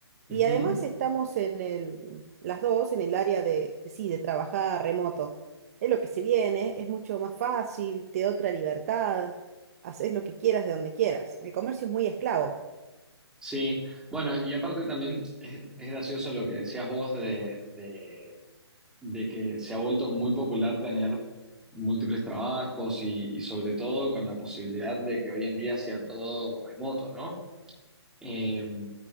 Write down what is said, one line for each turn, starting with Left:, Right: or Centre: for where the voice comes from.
Centre: Ujú.
Right: Y además estamos en el, las dos en el área de, sí, de trabajar remoto. Es lo que se viene, es mucho más fácil, te da otra libertad, haces lo que quieras de donde quieras. El comercio es muy esclavo,
Centre: Sí, bueno, y aparte también es, es gracioso lo que decías vos de, de, de que se ha vuelto muy popular tener múltiples trabajos y, y sobre todo con la posibilidad de que hoy en día sea todo remoto, ¿no? Eh,